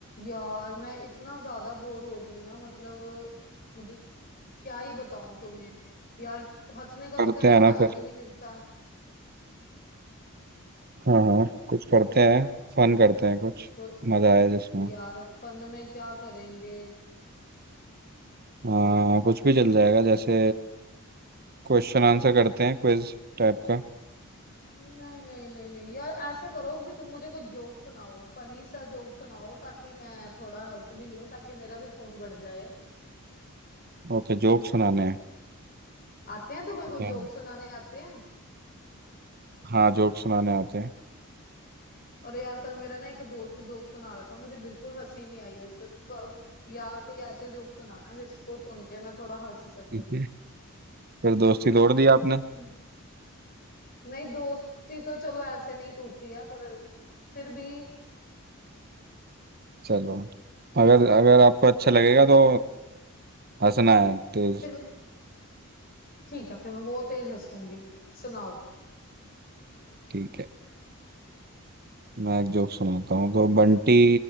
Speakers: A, on the left; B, on the right.
A: यार मैं इतना ज्यादा बोर हो रही हूँ ना मतलब मुझे क्या ही बताऊं तुम्हें यार हंसने का तो
B: करते
A: कह
B: हैं
A: लो
B: ना
A: टाइम
B: फिर
A: ही नहीं मिलता
B: हाँ हाँ कुछ करते हैं फन करते हैं कुछ
A: तो
B: मजा आए जिसमें
A: यार अब फन में क्या करेंगे
B: हाँ कुछ भी चल जाएगा जैसे क्वेश्चन आंसर करते हैं क्विज टाइप का
A: नहीं नहीं नहीं नहीं यार ऐसा करो कि तुम मुझे कोई जोक सुनाओ फनी सा जोक सुनाओ ताकि मैं थोड़ा हंस भी लूं ताकि मेरा भी खून बढ़ जाए
B: ओके जोक सुनाने हैं
A: आते हैं तुम्हें कोई
B: Okay.
A: जोक सुनाने आते हैं
B: हाँ जोक सुनाने आते हैं
A: अरे यार कल मेरा ना एक दोस्त जोक सुना रहा था मुझे बिल्कुल हंसी नहीं आई उससे तो क- यार कोई ऐसे जोक सुनाना जिसको सुन के मैं थोड़ा हंस सकूं
B: ठीक है फिर दोस्ती तोड़ दी आपने
A: हम्म। नहीं दोस्ती तो चलो ऐसे नहीं टूटती है पर फिर भी
B: चलो अगर अगर आपको अच्छा लगेगा तो हंसना है तेज
A: फिर ठीक है फिर मैं वो तेज हंसूंगी सुनाओ
B: ठीक है मैं एक जोक सुनाता हूँ तो बंटी